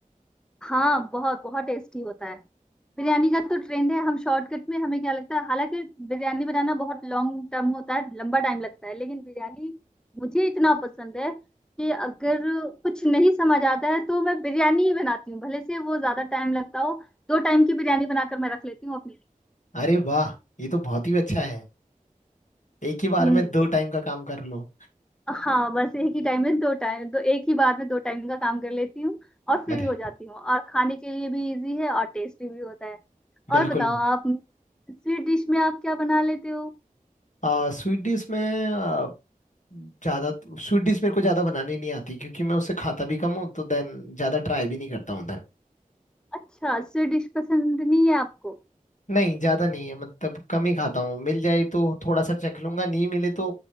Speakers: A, in the centre; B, on the left (about 60°).
A: हाँ बहुत बहुत टेस्टी होता है बिरयानी का तो ट्रेंड है हम शॉर्टकट में हमें क्या लगता है हालांकि बिरयानी बनाना बहुत लॉन्ग टर्म होता है लंबा टाइम लगता है लेकिन बिरयानी मुझे इतना पसंद है कि अगर कुछ नहीं समझ आता है तो मैं बिरयानी ही बनाती हूँ भले से वो ज्यादा टाइम लगता हो दो टाइम की बिरयानी बनाकर मैं रख लेती हूँ अपने
B: अरे वाह ये तो बहुत ही अच्छा है एक ही बार
A: हम्म
B: में दो टाइम का काम कर लो
A: हाँ बस एक ही टाइम में दो टाइम तो एक ही बार में दो टाइम का काम कर लेती हूँ और फ्री
B: अरे
A: हो जाती हूँ और खाने के लिए भी इजी है और टेस्टी भी होता है
B: बिल्कुल
A: और बताओ आप स्वीट डिश में आप क्या बना लेते हो
B: आ, स्वीट डिश में आ, ज्यादा स्वीट डिश मेरे को ज्यादा बनानी नहीं आती क्योंकि मैं उसे खाता भी कम हूँ तो देन ज्यादा ट्राई भी नहीं करता हूँ उधर
A: अच्छा स्वीट डिश पसंद नहीं है आपको
B: नहीं ज्यादा नहीं है मतलब कम ही खाता हूँ मिल जाए तो थोड़ा सा चख लूंगा नहीं मिले तो